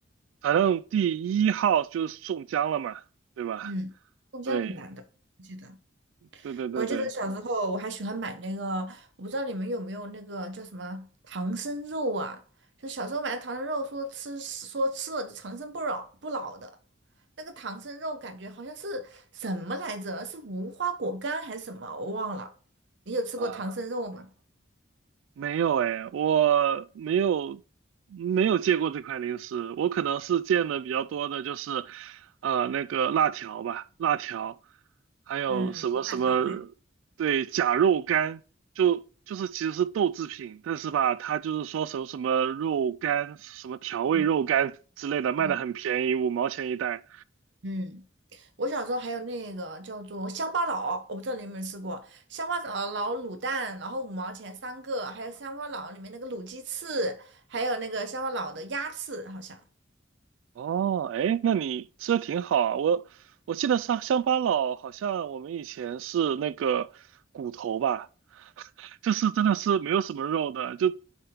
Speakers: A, on the right (about 85°); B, on the right (about 65°).
A: 反正第一号就是宋江了嘛，对吧？
B: 嗯，中间很难的，
A: 对
B: 记得。
A: 对对对对
B: 我记得小时候我还喜欢买那个，我不知道你们有没有那个叫什么唐僧肉啊？就小时候买的唐僧肉，说吃说吃了长生不老不老的。那个唐僧肉感觉好像是什么来着？是无花果干还是什么？我忘了。你有吃过唐僧肉吗？
A: 啊。没有哎，我没有没有见过这款零食，我可能是见的比较多的就是，呃，那个辣条吧，辣条，还有什么什么，
B: 嗯辣条味。
A: 对，假肉干，就就是其实是豆制品，但是吧，它就是说什么什么肉干，什么调味肉干之类的，
B: 嗯
A: 卖的很便宜，
B: 嗯。
A: 五毛钱一袋。
B: 嗯我小时候还有那个叫做乡巴佬，我不知道你有没有吃过乡巴佬佬卤蛋，然后五毛钱三个，还有乡巴佬里面那个卤鸡翅，还有那个乡巴佬的鸭翅，好像。
A: 哦，哎，那你吃的挺好啊。我我记得乡乡巴佬好像我们以前是那个骨头吧，就是真的是没有什么肉的，就